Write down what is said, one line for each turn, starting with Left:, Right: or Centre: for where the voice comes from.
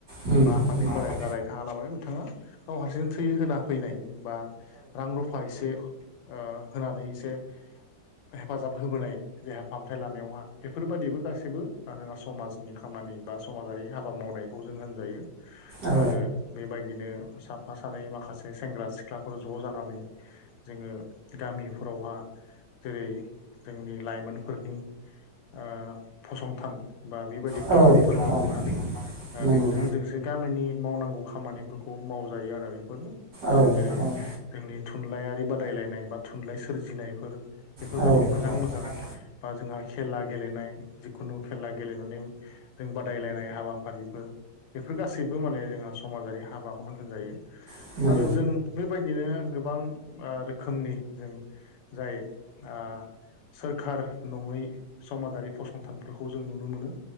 Right: उम
Left: बा आफादनि
Right: औ
Left: बाराय
Right: औ
Left: दाराय थाङालाबानो बिथाङा गाव हारसिं थै होना फैनाय। बा रां रुफा इसे ओ होनानै इसे हेफाजाब होबोनाय। देहा फाहामथाय लानायावहा बेफोरबायदिबो गासैबो <unintelligible> समाजनि खामानि बा समाजारि हाबा मावनाय। खौ जों होनजायो
Right: औ
Left: आरो बेबायदिनो साफा सानै माखासे सेंग्रा सि थ्राफोर ज' जानानै जोङो गामिफोरावहा जेरै जोंनि लाइमोनफोरनि ओ फसंथान बा बेबायदि
Right: औ
Left: क्लाबफोर
Right: औ
Left: दिहुननानै <unintelligible> गामिनि
Right: नंगौ
Left: मावनांगौ खामानिफोरखौ मावजायो आरो बेफोरनो आरो
Right: औ
Left: जेरै
Right: औ
Left: जोंनि थुनलाइारि बादायलायनाय बा थुनलाइ सोरजिनायफोर बेफोरबायदि
Right: औ नंगौ
Left: मोजां
Right: औ नंगौ
Left: मोजां
Right: नोंथां
Left: बा जोंहा खेला गेलेनाय जिखुनु खेला गेलेनानै जों बादायलायनाय हाबाफारिफोर बेफोर गासैबो माने जोंहा समाजारि हाबाखौनो होनजायो।
Right: <inaudible>
Left: बो जों बेबायदिनो गोबां ओ रोखोमनि जों जाय आ सोरखार नङै समाजारि फसंथानफोरखौ जों नुनो मोनो।